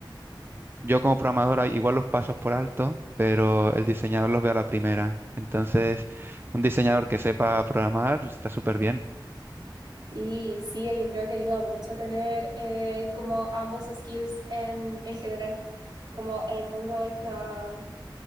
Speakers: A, on the right; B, on the right.
A: yo como programador ah, igual los pasos por alto, pero el diseñador los ve a la primera. Entonces, un diseñador que sepa programar está súper bien.
B: Sí, sí, yo creo que ayuda mucho tener eh, como ambos skills en, en general, como en el mundo de la,